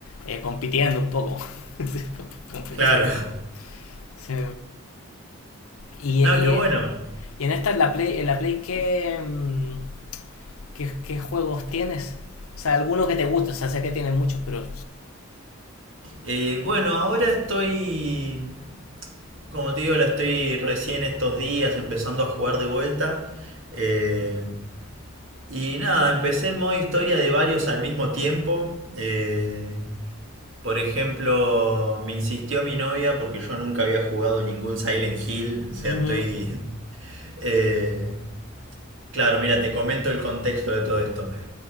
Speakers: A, on the left; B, on the right.
A: eh, compitiendo un poco. <laughs> Competitivo.
B: claro. <laughs>
A: Sí. Y,
B: No,
A: y,
B: qué bueno.
A: y en esta, en la Play, en la Play ¿qué, mm, qué, qué juegos tienes? O sea, algunos que te guste, o sea, sé que tienes muchos, pero...
B: Eh, bueno, ahora estoy, como te digo, la estoy recién estos días empezando a jugar de vuelta. Eh, y nada, empecé el modo historia de varios al mismo tiempo. Eh, por ejemplo, me insistió mi novia porque yo nunca había jugado ningún Silent Hill. O sea,
A: Ujú,
B: estoy... <laughs> eh, claro, mira, te comento el contexto de todo esto.